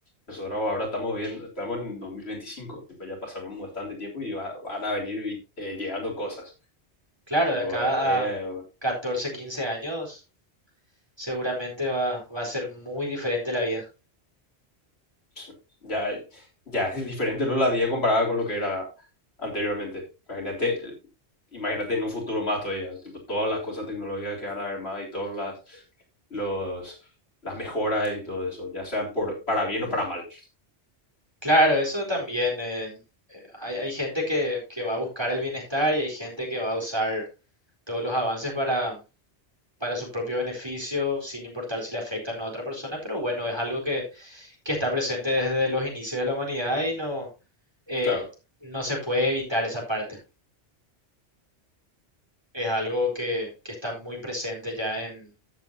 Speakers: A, on the left (about 65°); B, on the right (about 20°).
A: Nosotros ahora estamos viendo, estamos en 2025, tipo, ya pasamos bastante tiempo y va- van a venir vi- eh, llegando cosas.
B: Claro,
A: Tipo,
B: de acá
A: eh,
B: a 14 15 años seguramente va, va a ser muy diferente la vida.
A: <laughs> ya, ya es diferente, ¿no? La vida comparada con lo que era anteriormente. Imagínate, imagínate en un futuro más todavía, tipo, todas las cosas tecnológicas que van a haber más y todas las, los, las mejoras y todo eso, ya sean por, para bien o para mal.
B: Claro, eso también. eh, eh, hay, hay gente que, que va a buscar el bienestar y hay gente que va a usar todos los avances para, para su propio beneficio, sin importar si le afectan a otra persona, pero bueno, es algo que, que está presente desde los inicios de la humanidad y no, eh,
A: Claro.
B: no se puede evitar esa parte. Es algo que, que está muy presente ya en,